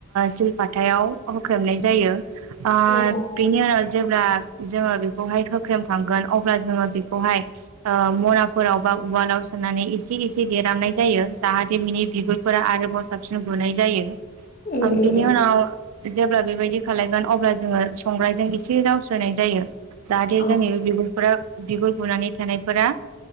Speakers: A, on the right (about 85°); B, on the left (about 40°).
A: सिलपाथायाव होख्रेमनाय जायो। आ
B: उम उम
A: बिनि उनाव जेबोब्ला। जोङो बेखौहाय होख्रेमखांगोन अब्ला जोङो बेखौहाय। मनाफोराव बा उवालाव सोनानै एसे एसे देरहामनाय जायो जाहाथे बिनि बिगुर फोर आरोबाव साबसिन गुनाय जायो।
B: उम उम
A: बिनि उनाव जेब्ला बेबायदि खालायगोन अब्ला जोङो संग्रायजों एसे जाव होनाय जायो जाहाथे
B: औ
A: जोंनि बे बिब'फोरा बिगुर बुनानै थानायफोरा